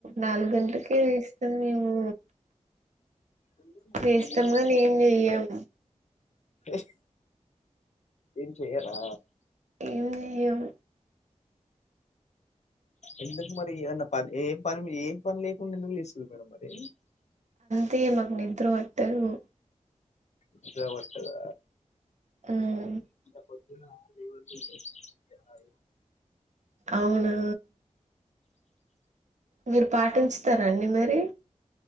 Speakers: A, on the right; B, on the left.
A: నాలుగు గంటలకే లేస్తాం మేము
B: ఎందుకు మేడం
A: లేస్తాం
B: ఏం చేస్తారు
A: గాని
B: ఇంత
A: ఏం
B: పొద్దున్నే
A: చెయ్యం
B: లేచి లెస్ ఏం చెయరా
A: ఏం చెయ్యం
B: ఎందుకు మరి ఏదన్నా పని ఏ పని ఏ పని లేకుండా ఎందుకు లేసిరి మేడం మరి
A: తే మాకు నిద్ర వట్టదు
B: నిద్ర పట్టదా
A: మ్మ్
B: అప్పుడు <inaudible> ఏం కాదు
A: అవును మీరు పాటించుతారా అండి మరి